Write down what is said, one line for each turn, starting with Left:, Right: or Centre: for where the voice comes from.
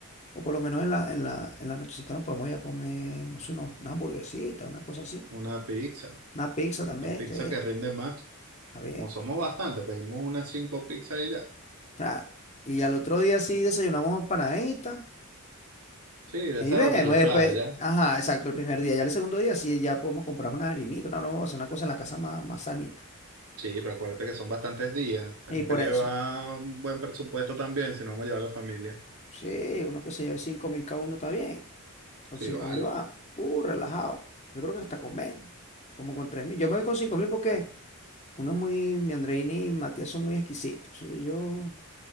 Left: o por lo menos en la, en la, en la nochecita nos podemos ir a comer, no sé, unos- una hamburguesita, una cosa así.
Right: una pizza,
Left: Una pizza también,
Right: la pizza
Left: sí,
Right: que rinde más.
Left: está bien.
Right: Como somos bastantes, pedimos unas cinco pizzas y ya.
Left: Claro. Y al otro día sí desayunamos empanaditas.
Right: Sí, de
Left: Ahí
Right: esa
Left: vemos,
Right: orilla de
Left: y
Right: playa.
Left: después, ajá, exacto, el primer día. Ya el segundo día sí, ya podemos comprar unas harinitas, una broma, una cosa en la casa más, más sanita.
Right: Sí, pero acuérdate que son bastantes días. Tenemos
Left: Y por
Right: que llevar
Left: eso,
Right: un buen presupuesto también, si no vamos a llevar a la familia.
Left: sí, uno que se lleve cinco mil cada uno está bien. Con
Right: Sí,
Left: cinco
Right: vale.
Left: mil va, uh, relajado. Yo creo que hasta con menos, como con tres mil. Yo me voy con cinco mil porque uno es muy, mi Andreini y Matías son muy exquisitos. Eso Yo,